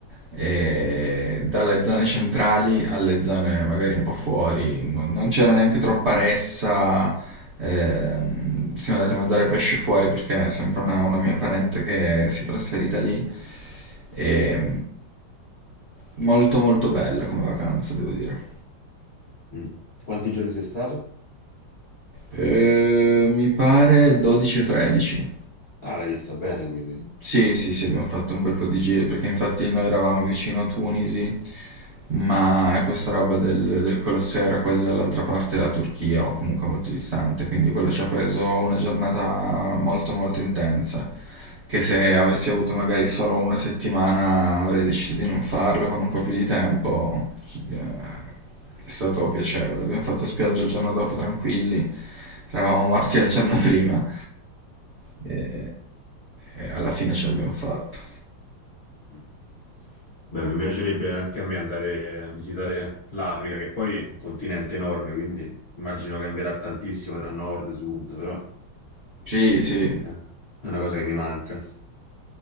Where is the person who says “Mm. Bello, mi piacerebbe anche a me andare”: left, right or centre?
Left